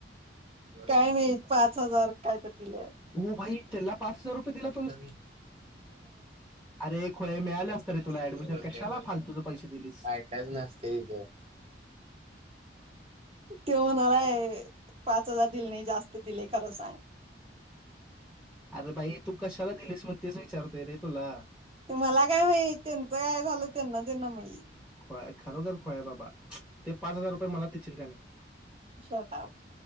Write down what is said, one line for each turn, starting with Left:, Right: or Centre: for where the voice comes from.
Right: काय मिळत पाच हजार काय तर दिले
Centre: हो भाई त्याला पाच हजार रुपये दिला
Right: ठ
Centre: हो अरे खोया मिळाले असतं रे तुला
Right: मोठ
Centre: ऍडमिशन
Right: बोलते
Centre: कशाला फालतूचे पैसे दिलीस
Right: ऐकाच नसते तिथ ते म्हणालाय पाच हजार दिले नाही जास्त दिले खरं सांग
Centre: अरे बाई तू कशाला दिलीस मग तेच विचारतोय रे तुला?
Right: ते मला काय माहित त्यांचे काय झालं त्यांना त्यांना माहित.
Centre: काय खरोखर खुळा आहे बाबा ते पाच हजार रुपये मला तेशील का नाही?
Right: Shut up.